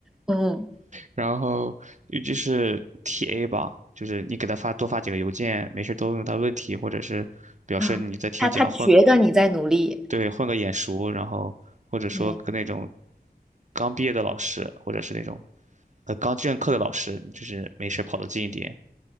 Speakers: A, in the centre; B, on the right (about 45°).
A: 嗯。
B: 然后，尤其是 TA 吧，就是你给他发多发几个邮件，没事都问问他问题，或者是表示你在听讲或
A: 啊，他他觉得你在努力，
B: 对，混个眼熟，然后或者说跟那种
A: 嗯，
B: 刚毕业的老师，或者是那种呃刚正课的老师，就是没事儿跑得近一点，